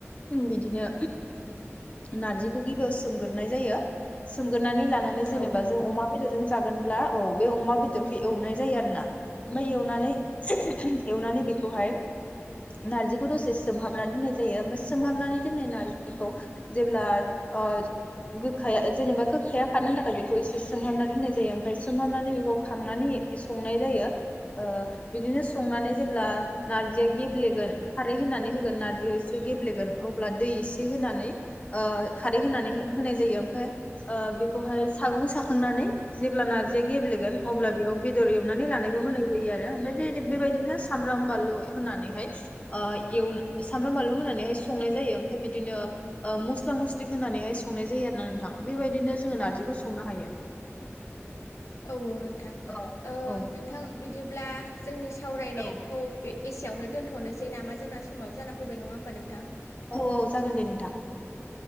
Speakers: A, on the left; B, on the left.
A: बिदिनो नारजिखौ गिबियाव सोमगोरनाय जायो सोम नानै लानानै जेनेबा
B: औ
A: जों अमा बेदर जों जागोनब्ला औ बे अमा बेदरखौ एवनाय जायो आरो ना ओमफाय एवनानै बेखौहाय नारजिखौ दसे सोमहाबना दोननाय जायो ओमफ्राय सोमहाबनानै दोननाय नार्जिखौ जेब्ला ओ गोखाया जेनेबा गोखाया खारनो थाखाय बेखौ एसे सोमहाबना दोननाय जायो ओमफ्राय सोमहाबनानै बेखौ खांनानै संनाय जायो बिदिनो संनानै जेब्ला नार्जिया गेब्लेगोन खारै होनानै होगोन नार्जियाव एसे गेब्लेगोन अब्ला दै एसे होनानै ओ खारै होनानै होनाय जायो ओमफ्राय ओ बेखौहाय सागुं साखांनानै जेब्ला नार्जिया गेब्लेगोन अब्ला बेयाव बेदर एवनानै लानायखौ होनाय जायो आरो ओमफ्राय बे बेबायदिनो सामब्राम बानलु होनानैहाय ओ एवन सामब्राम बानलु होनानैहाय संनाय जायो ओमफाय बिदिनो ओ मस्ला मस्लि होनानैहाय संनाय जायो आरो ना नोंथां बेबायदिनो जोङो नार्जिखौ संनो हायो।
B: औ औ नों थां
A: औ
B: ओ
A: औ
B: नोंथां बिदिब्ला जोंनि सावरायनायखौ
A: औ
B: बे एसेयावनो दोनथ'नोसै नामा जोंना समाबो जाना फैबाय नङा होमबा नोंथां।
A: औ औ जागोन दे नोंथां।